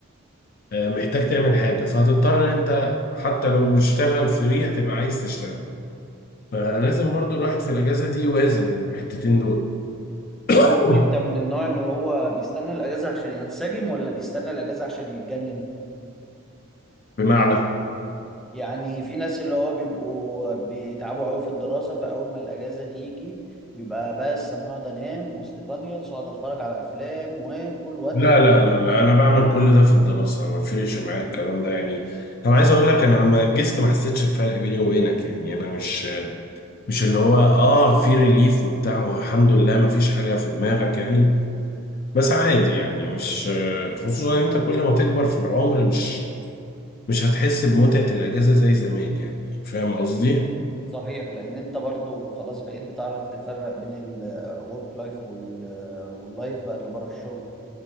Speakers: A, on the left (about 45°); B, in the centre.
A: آه، محتاج تعمل حاجة فهتضطر ان انت حتى لو بتشتغل فري هتبقى عايز تشتغل فلازم برضو الواحد في الاجازة دي يوازن الحتتين دول <coughs>
B: طب قول لي انت من النوع اللي هو بيستنى الاجازه عشان ينسجم ولا بيستنى الاجازه عشان يتجنن
A: بمعنى
B: يعني في ناس اللي هو بيبقوا بيتعبوا قوي في الدراسة فأول ما الأجازة تيجي بيبقى بس أنا هقعد أنام واستيقظ وأقعد أتفرج على أفلام وآكل وأتخ
A: لا لا لا لا انا بعمل كل ده في الدراسة ما بفرقش معايا الكلام ده يعني انا عايز اقول لك انا لما اجزت ما حسيتش بفرق بيني وبينك يعني انا مش مش اللي هو اه في ريليف وبتاع والحمد لله ما فيش حاجة في دماغك يعني بس عادي يعني مش خصوصا إن انت كل ما تكبر في العمر مش مش هتحس بمتعة الأجازة زي زمان يعني فاهم قصدي؟
B: صحيح لأن أنت برضو خلاص بقيت بتعرف تفرق بين الورك لايف وال واللايف بقى اللي بره الشغل